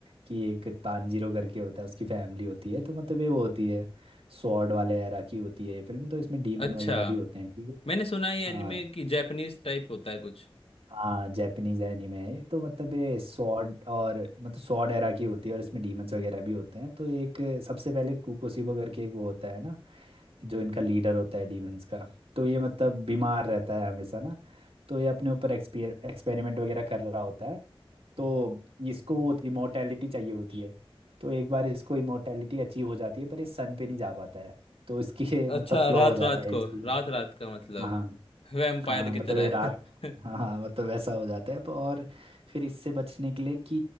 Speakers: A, on the right; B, on the left.
A: कि एक तानजीरो करके होता है उसकी फैमिली होती है तो मतलब ये वो होती है स्वॉर्ड वाले एरा की होती है ये फिल्म तो इसमें डीमन
B: अच्छा
A: वगैरह भी होते हैं ठीक है
B: मैंने सुना है ये
A: हाँ
B: एनिमे की जापानीज टाइप होता है कुछ
A: हाँ जैपनीज एनिमे है ये तो मतलब ये सॉर्ड और मतलब सॉर्ड एरा की होती है और इसमें डीमंस वगैरह भी होते हैं तो एक सबसे पहले कुकोसीबो करके एक वो होता है ना जो इनका लीडर होता है डीमंस का तो ये मतलब बीमार रहता है हमेशा ना तो ये अपने ऊपर एक्सपेर एक्सपेरिमेंट वगैरह कर रहा होता है तो इसको वो इमोर्टैलिटी चाहिए होती है तो एक बार इसको इमोर्टैलिटी अचीव हो जाती है पर ये सन पे नहीं जा पाता है तो इसकी <laughs> मतलब
B: अच्छा
A: फ्लॉ
B: रात
A: हो जाता
B: रात
A: है
B: को
A: इसकी
B: रात रात का मतलब
A: हाँ
B: वैम्पायर
A: हाँ मतलब
B: की तरह
A: ये रात
B: <laughs>
A: और हाँ हाँ मतलब वैसा हो जाता है प- और फिर इससे बचने के लिए कि